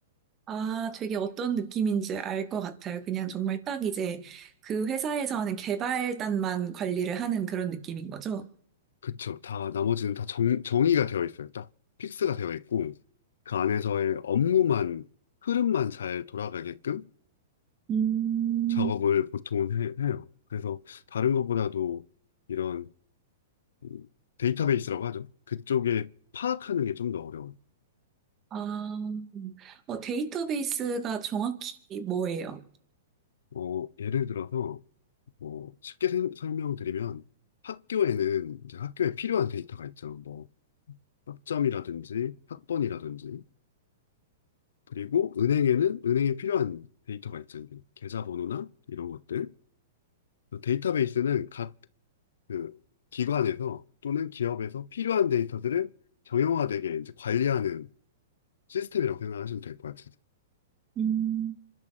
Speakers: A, on the right (about 25°); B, on the left (about 75°).
A: 아, 되게 어떤 느낌인지 알 것 같아요. 그냥 정말 딱 이제 그 회사에서 하는 개발단만 관리를 하는 그런 느낌인 거죠?
B: 그쵸. 다 나머지는 다 정, 정의가 되어 있어요. 딱 픽스가 되어 있고 그 안에서의 업무만 흐름만 잘 돌아가게끔
A: 음.
B: 작업을 보통 해, 해요. 그래서 다른 것보다도 이런 음, 데이터베이스라고 하죠. 그쪽에 파악하는 게 좀 더 어려워요.
A: 아, 어, 데이터베이스가 정확히 뭐예요?
B: 어, 예를 들어서 뭐 쉽게 생- 설명드리면 학교에는 이제 학교에 필요한 데이터가 있죠. 뭐 학점이라든지 학번이라든지 그리고 은행에는 은행에 필요한 데이터가 있죠. 이제 계좌번호나 이런 것들. 그 데이터베이스는 각 그 기관에서 또는 기업에서 필요한 데이터들을 정형화되게 이제 관리하는 시스템이라고 생각하시면 될 것 같아요.
A: 음.